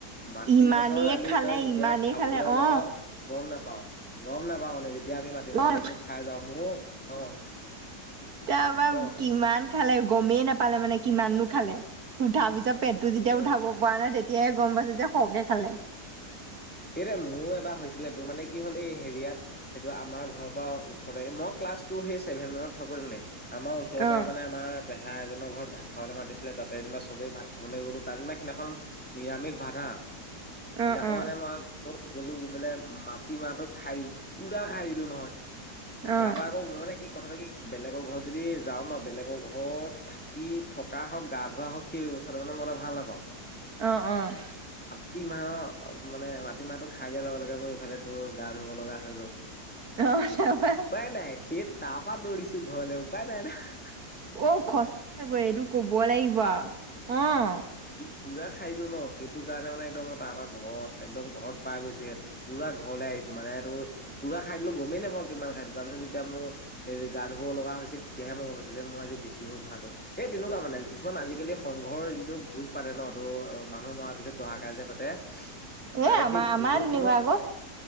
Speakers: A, in the centre; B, on the right.
A: মাটি
B: ইমানেই
A: মাহৰ দালি,
B: খালে
A: তই যেতিয়া
B: ইমানেই
A: খাবলৈ
B: খালে অ'
A: ল', গম নেপা পাওঁ। গম নাপাও মানে, যেতিয়া আমি মাটি মাহৰ
B: অ'
A: দালিটো খাই যাওঁ মোৰ অ'
B: তাৰপৰা
A: ক
B: কিমান খালে গমেই নাপালে মানে কিমাননো খালে, উঠাৰ পিছত পেটটো যেতিয়া
A: অ
B: উঠাব পৰা নাই তেতিয়ে গম পাইছে যে খৰকে খালে।
A: এইদৰে মোৰো এবাৰ হৈছিলে। তোৰ মানে কি হ'ল, এই হেৰিয়াত, এইটো আমাৰ ঘৰৰ পৰা ওচৰৰে, মই ক্লা লাছ সেই চছেভেন মত থাকো তেনে, আমাৰ
B: অ'
A: ওচৰ পৰা মানে, আমাৰ পেহা এজনৰ ঘৰত ভাত খাবলৈ মাতিছিল। তাতে যেনিবা চবেই ভাত খাবলৈ গ'লোঁ। তাত যেনিবা সেইদিনাখন নিৰামিষ ভাত হা আ, সেইদিনাখন
B: অ' অ'
A: মানে মই গ'লোঁ গৈ পেলাই, মাট টি মাহ ভাত খাই, পুৰা খাই দিলোঁ নহয়।
B: অ'
A: তাৰ পৰা আকৌ মই মানে কি কথাটো কি, বেলেগৰ ঘৰত যদি যাওঁ ন', বেলেগৰ ঘৰত থাকি, থকা হওক, গা ধোৱা হওক, সেই <unintelligible> মানে মই ভাল নাপাওঁ।
B: অ'-অ'।
A: মাটি মাহৰ, মানে, মাটিমাহটো খাই দিয়াৰ লগে-লগে মোৰ, ইফালে তোৰ গা ধুব লগা হৈ গ'ল।
B: অ', তাৰপৰা
A: উপায় নাই সেই তাৰ পৰাা দৌৰিছো ঘৰলে উপায় নাই ন।
B: অ', সচাকৈ, এইটো ক'ব লাগিব আৰু অ'
A: পুৰা খাই দিলোঁ ন', সেইটো কাৰণে মানে, মই একদম তাৰ পৰা ঘৰত, একদম ঘৰত পাই গৈছে, পুৰা ঘৰলৈ আহিছোঁ। মানে তোৰ, পুৰা খাই দিলোঁ, গমেই নাপাওঁ কিমান খাইছোঁ। তাৰ পিছত যেতিয়া মোৰ এ' গা ধুব লগা হৈছে, তেতিয়াহে মই গম পাইছো যে, মই আজি বেছি হল খোৱাাতটো, এ তেনেকুৱা মানে কিছুমান আজিকালি সংঘৰ যিটো ভোজ পাতে ন, তো মানুহ মৰাৰ পিছত দহাকাইছে পাতে তাৰে
B: এে আম
A: সেই ভোজত
B: আমাৰ তেনেকোৱাই
A: কিন্তু
B: আক।